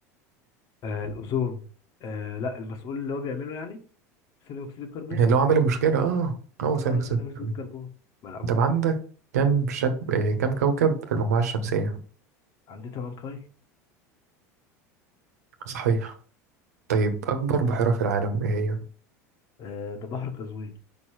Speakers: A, on the left; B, on the right.
A: آه، الأوزون آه لا المسؤول اللي هو بيعمله يعني ثاني اكسيد الكربون
B: اللي هو عامل المشكلة اه هو ثاني
A: اه
B: اكسيد
A: ثاني
B: الكربون
A: اكسيد الكربون ملعون
B: طب عندك كم شب آه كم كوكب في المجموعة الشمسية
A: عندي تمن قاي
B: صحيح طيب أكبر بحيرة في العالم ايه هي
A: آه ده بحر قزوين